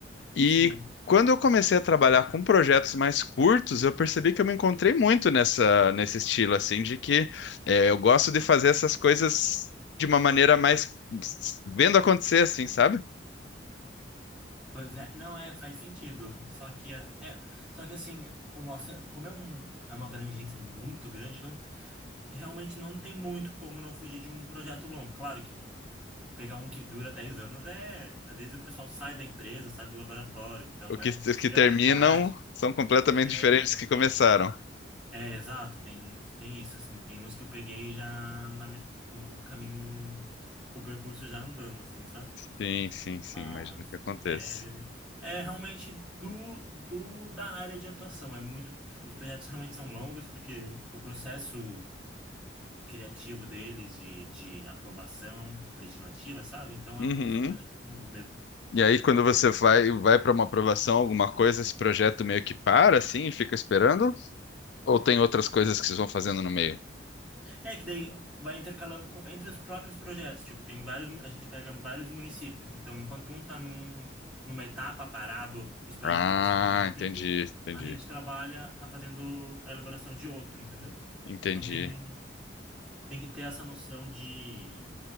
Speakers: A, on the left; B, in the centre.
A: E
B: sim.
A: quando eu comecei a trabalhar com projetos mais curtos, eu percebi que eu me encontrei muito nessa nesse estilo assim de que eh, eu gosto de fazer essas coisas de uma maneira mais vendo acontecer assim, sabe?
B: Pois é, não é, faz sentido. Só que é, é- só que assim, o nosso, como é um, é uma abrangência muito grande, não, realmente não tem muito como não fugir de um projeto longo. Claro que pegar um que dura 10 anos é, às vezes o pessoal sai da empresa, sai do laboratório, então,
A: O
B: né,
A: que, os
B: chega
A: que terminam
B: na metade.
A: são completamente
B: É,
A: diferentes dos que começaram.
B: é exato, tem tem isso assim, tem uns que eu peguei já na me- o caminho, com o percurso já andando assim, sabe?
A: Sim, sim, sim,
B: Mas
A: imagino que aconteça.
B: é, é realmente do, do da área de atuação. É muito, os projetos realmente são longos porque o processo criativo deles de, de aprovação legislativa, sabe? Então
A: Uhum.
B: é um- são projetos longos mesmo.
A: E aí, quando você vai, vai para uma aprovação, alguma coisa, esse projeto meio que para, assim, e fica esperando? Ou tem outras coisas que vocês vão fazendo no meio?
B: É que daí vai intercalando com- entre os próprios projetos. Tipo, tem vários, mu- a gente pega vários municípios. Então, enquanto um está num, numa etapa parado esperando
A: Ah,
B: a aprovação do município,
A: entendi, entendi,
B: a gente trabalha, está fazendo a elaboração de outro, entendeu?
A: entendi.
B: Então tem tem que ter essa noção de